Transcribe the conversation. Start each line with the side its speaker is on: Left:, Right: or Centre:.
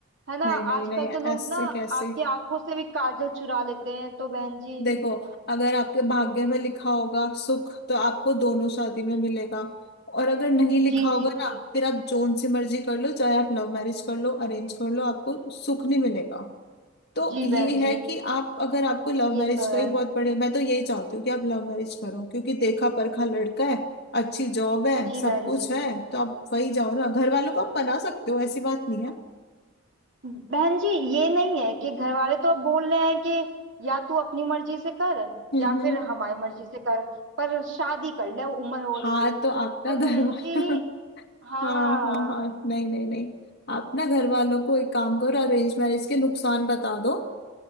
Right: है ना
Left: नहीं नहीं
Right: आजकल
Left: नहीं
Right: तो लोग
Left: ऐसे
Right: ना
Left: कैसे
Right: आपकी आंखों से भी काजल चुरा लेते हैं तो बहन जी
Left: देखो अगर आपके भाग्य में लिखा होगा सुख तो आपको दोनों शादी में
Right: जी
Left: मिलेगा और अगर नहीं लिखा
Right: जी
Left: होगा
Right: जी
Left: ना
Right: जी
Left: फिर आप जोन सी मर्जी कर लो चाहे आप लव मैरिज कर लो अरेंज कर लो आपको सुख नहीं मिलेगा तो
Right: जी
Left: ये
Right: बहन जी
Left: है कि आप अगर आपको लव
Right: ये
Left: मैरिज
Right: तो
Left: का
Right: है
Left: ही बहुत बड़े मैं तो यही चाहती हूँ कि आप लव मैरिज करो क्योंकि देखा परखा लड़का है अच्छी जॉब है
Right: जी
Left: सब
Right: बहन
Left: कुछ
Right: जी
Left: है तो आप वही जाओ ना घर वालों को आप बना सकते हो ऐसी बात नहीं है
Right: बहन जी ये नहीं है कि घर वाले तो अब बोल रहे हैं कि या तू अपनी मर्जी से कर
Left: हम्म
Right: या
Left: हम्म
Right: फिर हमारी मर्जी से कर पर शादी कर ले उम्र हो
Left: हाँ
Right: रही है
Left: तो आप ना
Right: पर
Left: घर
Right: बहन
Left: वाला
Right: जी
Left: <laughs>
Right: हाँ
Left: हाँ हाँ हाँ नहीं नहीं नहीं आप ना घर वालों को एक काम करो अरेंज मैरिज के नुकसान बता दो